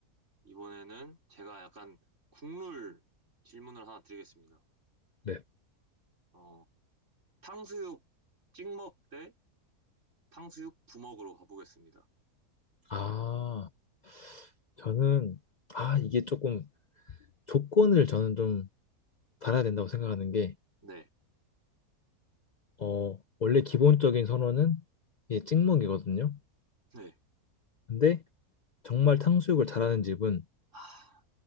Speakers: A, on the right; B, on the left.
A: 이번에는 제가 약간 국룰 질문을 하나 드리겠습니다.
B: 네.
A: 어, 탕수육 찍먹 대 탕수육 부먹으로 가보겠습니다.
B: 아, 저는, 아, 이게 조금 조건을 저는 좀 달아야 된다고 생각하는 게,
A: 네,
B: 어, 원래 기본적인 선호는 이게 찍먹이거든요.
A: 네.
B: 근데 정말 탕수육을 잘하는 집은
A: 아,